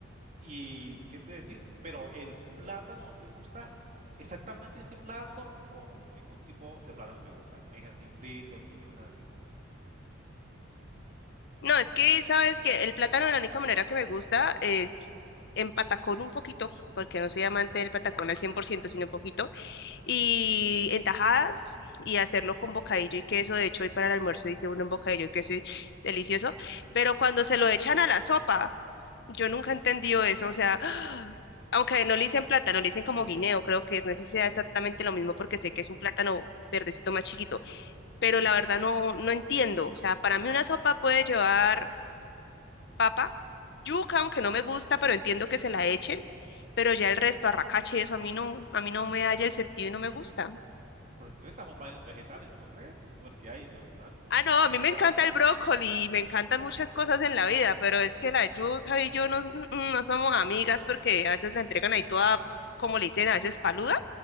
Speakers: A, on the right; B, on the left.
A: ¿Y qué te decir? Pero el plátano no te gusta exactamente ese plato o ningún tipo de plátano te gusta, En gen- ni frito ni cosas así.
B: No, es que sabes que el plátano, la única manera que me gusta es en patacón un poquito, porque no soy amante del patacón al 100% sino un poquito. y en tajadas y hacerlo con bocadillo y queso. De hecho, hoy para el almuerzo hice uno en bocadillo y queso y delicioso. Pero cuando se lo echan a la sopa, yo nunca he entendido eso. O sea, <gasps> aunque no le dicen plátano, le dicen como guineo, creo que es, no sé si sea exactamente lo mismo porque sé que es un plátano verdecito más chiquito, pero la verdad no, no entiendo. O sea, para mí una sopa puede llevar papa, yuca, aunque no me gusta, pero entiendo que se la echen, pero ya el resto, arracache y eso a mí no, a mí no me halla el sentido y no me gusta.
A: Pero entonces estamos mal en los vegetales, ¿no crees? Porque, ay, Dios santo,
B: Ah, no,
A: complicado.
B: a mí me encanta el brócoli y me encantan muchas cosas en la vida, pero es que la yuca y yo no, mm, mm, no somos amigas porque a veces la entregan ahí toda, como le dicen, a veces paluda